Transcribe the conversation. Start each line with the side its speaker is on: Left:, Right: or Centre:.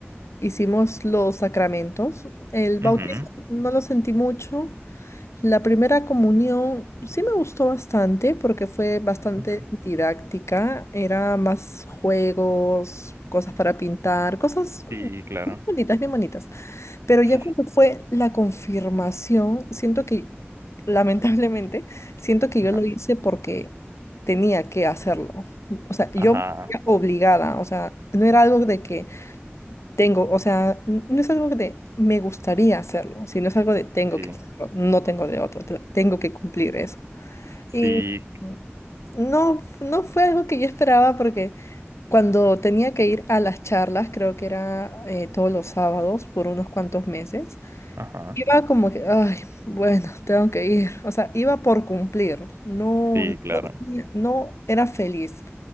Left: hicimos los sacramentos, el bautismo
Right: Ujú,
Left: no lo sentí mucho, la primera comunión sí me gustó bastante porque fue bastante
Right: ujú.
Left: didáctica, era más juegos, cosas para pintar, cosas
Right: Sí, claro.
Left: bien bonitas, bien bonitas. Pero
Right: Sí,
Left: ya
Right: sí.
Left: cuando fue la confirmación, siento que, lamentablemente, siento que
Right: Ajá.
Left: yo lo hice porque tenía que hacerlo. O sea, yo
Right: Ajá.
Left: me sentía obligada, o sea, no era algo de que tengo, o sea, n- no es algo de me gustaría hacerlo, sino es algo de tengo
Right: Sí.
Left: que hacerlo, no tengo de otro, te- tengo que cumplir eso.
Right: Sí.
Left: Y no, no fue algo que yo esperaba porque cuando tenía que ir a las charlas, creo que era eh, todos los sábados por unos cuantos meses,
Right: Ajá.
Left: iba como que, ay, bueno, tengo que ir, o sea, iba por cumplir, no,
Right: Sí, claro.
Left: no, tenía- no era feliz.